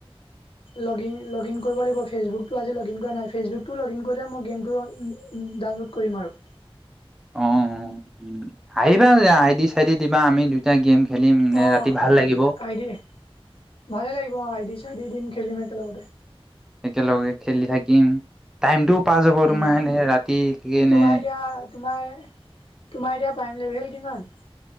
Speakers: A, on the left; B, in the centre.
A: লগিন কৰিব লাগিব ফেচবুকতটোজি লগিন কৰা নাই ফেচবুকতটো লগিন কৰিলে মই গেমত ডাউনলোড কৰিম আৰু।
B: অঁ' আহিবা আইদি-চাইদি দিবা। আমি দুটা গেম খেলিম
A: অ'
B: ৰাতি ভাল লাগিব
A: আইডিয় ভালে লাগিব অ' আই দি দিন <unintelligible> খেলিম মতে
B: একেলগে খেলি থাকিম। টাইমতটো পাই যাব।
A: উম
B: তোমাৰ এনে ৰাতি কি এনে
A: তোমাৰ এতিয়া তোমাৰ, তোমাৰ এতিয়া প্ৰাইম লেভেল কিমান?